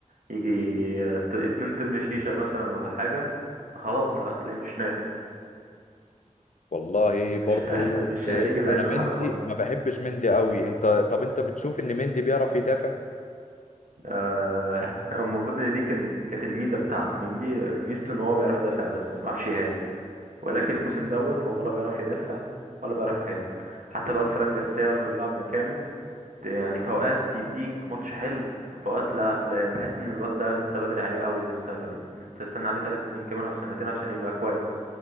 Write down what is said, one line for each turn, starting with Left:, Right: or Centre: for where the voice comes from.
Right: يجي ت- اتنين طن شيشه مثلا ولا حاجه خلاص لا هتلاقيه مش نافع
Left: والله برضو
Right: مش ه... <laughs> مش هيجي
Left: آه،
Right: منه
Left: انا مندي
Right: حاجه خالص
Left: ما بحبش مندي قوي انت طب انت بتشوف ان مندي بيعرف يدافع
Right: آه، <laughs> هو المفروض ان دي كان- كانت الميزه بتاعته مندي ميزته ان هو بيعرف يدافع بس ما بيعرفش يهاجم ولكن الموسم دوت هو ولا بيعرف يدافع ولا بيعرف يهاجم حتى الواد فران جارسيا لما بيلعب مكانه ت- يعني في اوقات يديك ماتش حلو في اوقات لا تلا- تحس ان الواد ده لسه بدري عليه قوي لسه تستنى عليه ثلاث سنين كمان او سنتين عشان يبقى كويس